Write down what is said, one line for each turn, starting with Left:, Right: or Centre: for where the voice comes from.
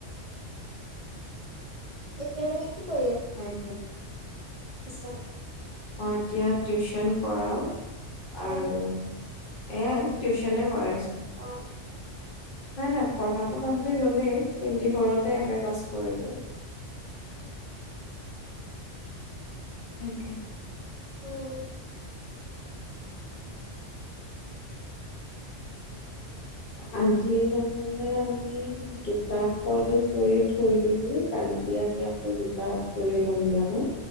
Right: তেতিয়া তুমি কি কৰিবা
Left: সটো <unintelligible>
Right: আছাম
Left: মই এতিয়া টিউচন কৰাও আৰু
Right: অ',
Left: এ টিউচনে কৰাইছো
Right: অ',
Left: নাই নাই পঢ়াটো কমপপ্লেট হ'লেই টুৱেণ্টি ফ'ৰতে এম এ পাছ কৰিলো সেইটো
Right: উম
Left: আজি নহলে আমি দুটা কল কৰি থৈ দিমগি কালি আমি আকৌ দুটা কৰি ল'ম দিয়া ন